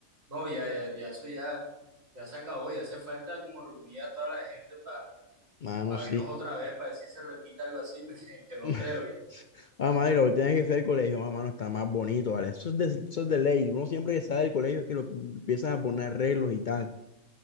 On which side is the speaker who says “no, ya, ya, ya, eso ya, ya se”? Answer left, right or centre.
Right